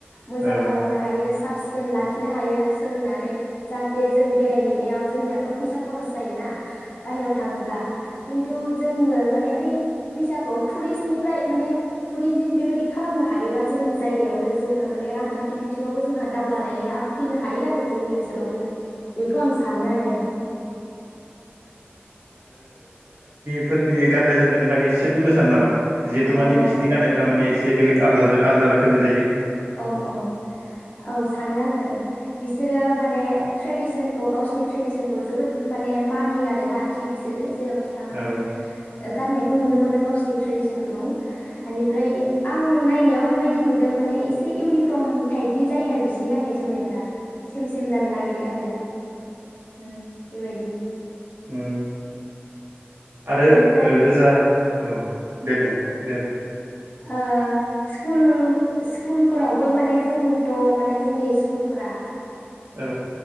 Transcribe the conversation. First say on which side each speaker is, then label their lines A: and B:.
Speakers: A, on the right; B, on the left.
A: औ-औ-औ-औ-औ-औ-औ-औ
B: मोजां खालामनो हायो साब सिख दोन लाखिनो हायो सोलोंनानै जाहाथे जों बेरायहैनायाव जोंनिया थ फैसा खरस जायोना बाहेराव थाङोब्ला खिन्थु जोंबो माने बै फैसाखौ टुरिस्टनिफ्राय माने टुरिजिम बेबायदि खालामनो हायोबा जोंनि जायगायावनो जोङो माने रांखान्थि बिथिङावबो जोंहा दावगानाया फैनो हायो आरो जोंनि ओनसोलाव खालावनो बेखौ आं सानो आरो
A: फोरनि गाननाय जोमनायनि बागै एसे बुंनो सानो नामा? जिहेतु
B: औ
A: माने बिसिनि गाननायफ्रा माने एसे बे बेलेग आलदाजों आलदा रोखोमनि जायो।
B: औ औ औ सानो आङो बिसोरो माने ट्रेडिसन खौ गावसिनि ट्रेडिसनखौ जोबोद माने मानियो आरो लाखियो बिसोरो जेराव खि थाङा
A: औ-औ-औ-औ-औ-औ-औ
B: माने गाननायखौ नुनो मोनो गावसिनि ट्रेडिसनखौ एनिफ्राय आं बायनायाव बेबायदि नुदों माने इस एसे इउनिफर्म टाइपनि जायो आरो बिस बिनि गाननाय जोमनायफ्रा सेम सेम जानो नागिरो आरो उम बेबायदि <unintelligible>
A: उम आरो
B: बेनिफ्राय
A: ओजा औ दे बुं। दे
B: ओ स्कुल स्कुलफोरावबो माने जोंथ माने जोंनि स्कुलफोरा
A: औ।